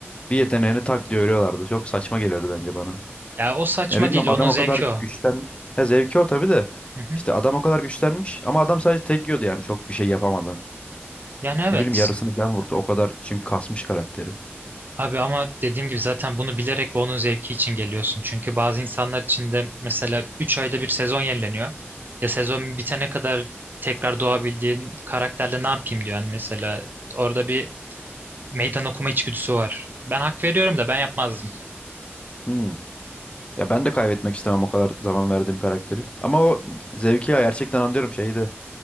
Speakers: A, on the left (about 25°); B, on the right (about 45°).
A: bir yeteneğini tak diye örüyorlardı. Çok saçma geliyordu bence bana.
B: Ya o saçma
A: Ya bilmiyorum
B: değil, onun
A: adam
B: zevki
A: o kadar
B: o.
A: güçlenmiş. Ya zevki o tabii de.
B: Hı hı.
A: İşte adam o kadar güçlenmiş ama adam sadece tek yiyordu yani çok bir şey yapamadan.
B: Yani evet.
A: Ne bileyim yarısını falan vurdu o kadar çünkü kasmış karakteri.
B: Abi ama dediğim gibi zaten bunu bilerek ve onun zevki için geliyorsun. Çünkü bazı insanlar için de mesela 3 ayda bir sezon yenileniyor. Ya sezon bitene kadar tekrar doğabildiğin karakterle ne yapayım diyor. Hani mesela orada bir meydan okuma içgüdüsü var. Ben hak veriyorum da ben yapmazdım.
A: Hmm. Ya ben de kaybetmek istemem o kadar zaman verdiğim karakteri. Ama o zevki ya gerçekten anlıyorum şeyi de.